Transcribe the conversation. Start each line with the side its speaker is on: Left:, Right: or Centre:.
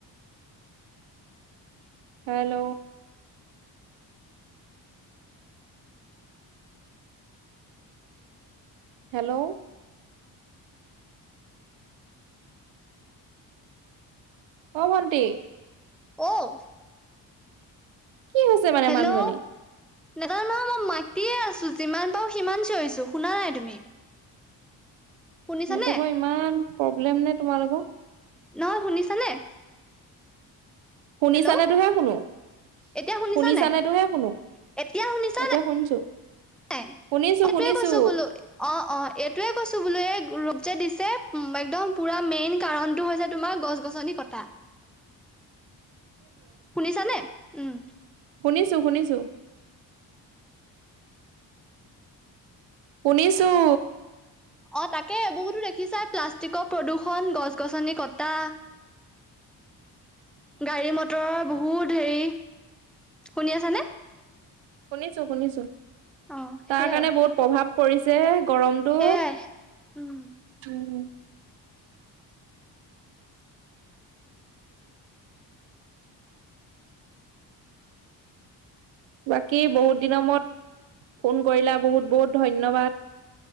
Right: হেল্ল'। হেল্ল'। অ' ভন্টি।
Centre: অ'।
Right: কি হৈছে মানে
Centre: হেল্ল'
Right: মানুহজনী।
Centre: <unintelligible> মই মাতিয়ে আছো যিমান পাৰো সিমান চিঞৰিছো শুনা নাই তুমি। শুনিছানে
Right: নেটৱৰ্কৰ ইমান প্ৰব্লেম নে তোমালোকৰ।
Centre: নহয় শুনিছানে।
Right: শুনিছানে
Centre: হেল্ল'
Right: তোহে শুনো।
Centre: এতিয়া শুনিছা
Right: শুনিছানেটোহে
Centre: নাই,
Right: শুনো
Centre: এতিয়া শুনিছা
Right: এতিয়া
Centre: নাই।
Right: শুনিছো
Centre: <unintelligible>
Right: শুনিছো
Centre: এতিয়া
Right: শুনিছো
Centre: কৈছোঁ বোলো, অ', অ'। এইটোৱে কৈছো বোলো এ ৰূপ যে দিছে উম, একদম পুৰা মেইন কাৰণটো হৈছে তোমাৰ গছ গছনি কটা। শুনিছানে, উম।
Right: শুনিছোঁ শুনিছোঁ। শুনিছোঁ।
Centre: অ' তাকে বহুতো দেখিছাই প্লাষ্টিকৰ প্ৰদূষণ, গছ গছনি কটা। গাড়ী মটৰ বহুত হেৰি, শুনি আছ নে।
Right: শুনিছো শুনিছো
Centre: অ
Right: তাৰ
Centre: সেইয়াই
Right: কাৰণে বহুত প্ৰভাৱ পৰিছে গৰমটো,
Centre: সেইয়াই উম
Right: উম। বাকী বহুত দিনৰ মূৰত, ফোন কৰিলা বহুত বহুত ধন্যবাদ।